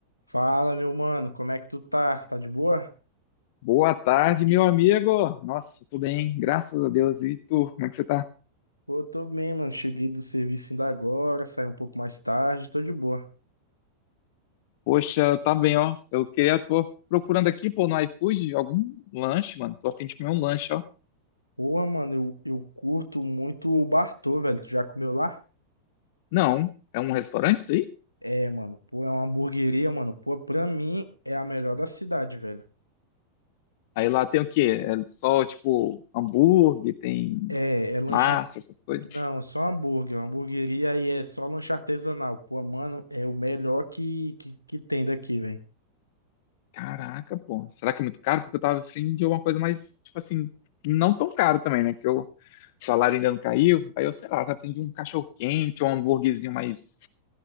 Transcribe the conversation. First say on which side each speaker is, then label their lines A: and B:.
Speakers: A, on the left (about 85°); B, on the left (about 50°).
A: Fala, meu mano, como é que tu tá? Tá de boa?
B: Boa tarde, meu amigo. Nossa, tudo bem, graças a Deus. E tu, como é que você tá?
A: Pô, tô bem, mano. Cheguei do serviço ainda agora, saí um pouco mais tarde, tô de boa.
B: Poxa, tá bem, ó. Eu queria, tô procurando aqui, pô, no iFood, algum lanche, mano. Tô a fim de comer um lanche, ó.
A: Pô mano, eu, eu curto muito o Bartô, velho. Tu já comeu lá?
B: Não, é um restaurante isso aí?
A: É, mano, pô, é uma hamburgueria, mano. Pô, pra mim é a melhor da cidade, velho.
B: Aí lá tem o quê? É só, tipo, hambúrguer, tem
A: É, é lanche.
B: massa,
A: ar-
B: essas coisas.
A: Não, é só hambúrguer. Uma hamburgueria e é só lanche artesanal. Pô, mano, é o melhor que, que, que tem daqui, velho.
B: Caraca, pô. Será que é muito caro? Porque eu tava afim de uma coisa mais, tipo assim, não tão caro também, né? Que eu, o salário ainda não caiu. Aí eu, sei lá, tava afim de um cachorro-quente ou um hambúrguerzinho mais,